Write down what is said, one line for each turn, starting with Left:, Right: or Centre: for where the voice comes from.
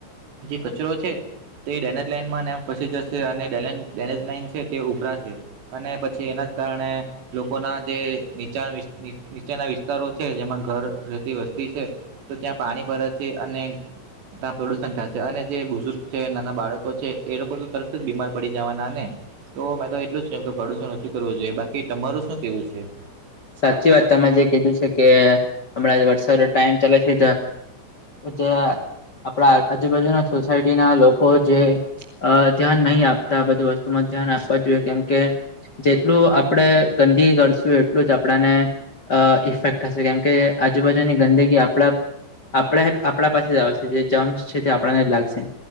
Right: જે કચરો છે તે ડેનેજ લાઈનમાં ફસી જશે અને ડેનેજ લાઈન છે. તે ઉભરાશે અને પછી એના જ કારણે લોકો ના જે નીચા નીચેના વિસ્તારો. છે જેમાં ઘર રહેતી વસ્તી છે તો ત્યાં પાણી ભરા છે અને ત્યાં પ્રદુષણ થશે અને જે બુઝુર્ગ છે નાના બાળકો છે એ લોકો તો તરત જ બીમાર પડી જવાના ને તો મેં તો એટલું જ કેમ કે પ્રદુશન ઓછું કરવું જોઈએ બાકી તમારું શું કેવું છે.
Left: સાચી વાત તમે જે કીધું છે કે હમણાં વરસાદ ટાઈમ ચાલે છે. કે જેયાં આપણા આજુબાજુના સોસાયટી ના લોકો જે અ ધ્યાન નહી આપતા આ બધી વસ્તુમાં ધ્યાન આપવા જોઈએ કેમ કે જેટલું આપડે ગંદી કરશું. એટલું જ આપણાને અ ઇફેક્ટ થશે કેમ કે આજુબાજુની ગંદગી આપણા. આપણે આપણા પાસે જ આવશે જે જમસ છે તે આપણને જ લાગશે.